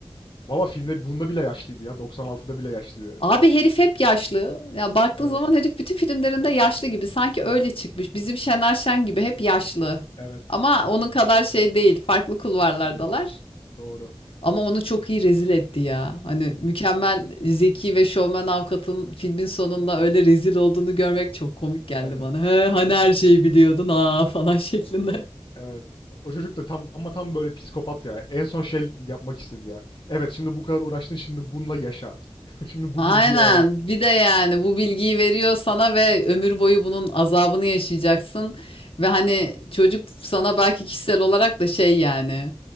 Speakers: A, on the left; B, on the left.
A: Valla filmde bunda bile yaşlıydı ya. 96'da bile yaşlıydı herif.
B: Abi herif hep yaşlı. Ya baktığın
A: Evet.
B: zaman herif bütün filmlerinde yaşlı gibi. Sanki öyle çıkmış. Bizim Şener Şen gibi hep yaşlı.
A: Evet.
B: Ama onun kadar şey değil. Farklı kulvarlardalar.
A: Doğru.
B: Ama onu çok iyi rezil etti ya. Hani mükemmel zeki ve şovmen avukatın filmin sonunda öyle rezil olduğunu görmek çok komik geldi
A: Evet.
B: bana. He, hani her şeyi biliyordun ha falan <laughs> şeklinde.
A: Evet. Evet. O çocuk da tam ama tam böyle psikopat ya. En son şey yapmak istedi ya. Evet şimdi bu kadar uğraştın şimdi bununla yaşa. <laughs> Şimdi bu
B: Aynen.
A: bilgiyi öğren.
B: Bir de yani bu bilgiyi veriyor sana ve ömür boyu bunun azabını yaşayacaksın. Ve hani çocuk sana belki kişisel olarak da şey yani